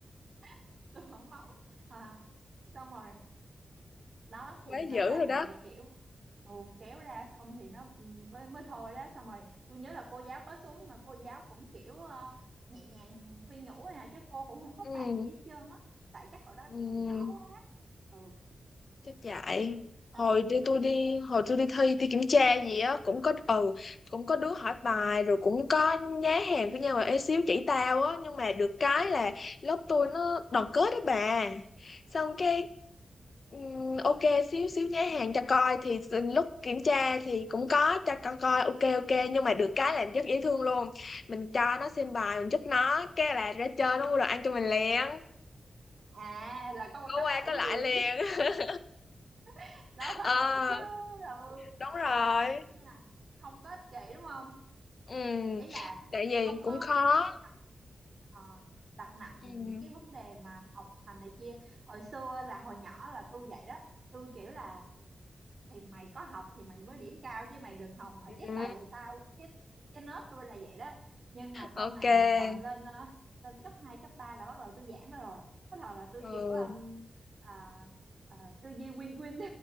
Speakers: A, on the right; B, on the left.
A: <laughs> tôi vẫn máu, à, xong rồi đó thì
B: quá
A: nhờ
B: dữ
A: bạn
B: rồi đó
A: bè kiểu ừ, kéo ra xong thì nó ừm, mới, mới thôi đó xong rồi tôi nhớ là cô giáo có xuống nhưng mà cô giáo cũng kiểu ờ, nhẹ nhàng khuyên nhủ thôi à chứ cô cũng không có
B: ừ.
A: phạt gì hết trơn á tại chắc hồi đó
B: Ừ.
A: còn nhỏ quá ừ
B: Chắc chạy hồi
A: đó
B: đi tôi đi hồi tôi đi thi thi kiểm tra gì á cũng có ừ cũng có đứa hỏi bài rồi cũng có nhá hàng với nhau là ế xíu chỉ tao á nhưng mà được cái là lớp tôi nó đoàn kết đó bà xong cái ừm, ok xíu xíu nhá hàng cho coi thì lúc kiểm tra thì cũng có cho con coi ok ok nhưng mà được cái là rất dễ thương luôn mình cho nó xem bài mình giúp nó cái là ra chơi nó mua đồ ăn cho mình liền
A: à là có
B: có
A: có lại
B: qua có lại
A: gì
B: liền <laughs>
A: <laughs> đó phải
B: Ờ
A: vậy chứ ừ
B: đúng rồi
A: đó như là không có ích kỷ đúng không
B: ừ
A: ý là
B: tại vì
A: không
B: cũng
A: có
B: khó
A: đặt ờ, đặt nặng
B: ừ
A: những cái vấn đề mà học hành này kia hồi xưa là hồi nhỏ là tôi vậy đó tôi kiểu là thì mày có học thì mày mới điểm cao chứ mày đừng hòng mà
B: ừ
A: chép bài được tao cái cái nết tôi là vậy đó nhưng mà sau
B: ok
A: này tầm lên ờ, lên cấp 2 cấp 3 là bắt đầu tôi giãn ra rồi bắt đầu là tôi
B: ừ
A: kiểu um, à, à, tư duy win win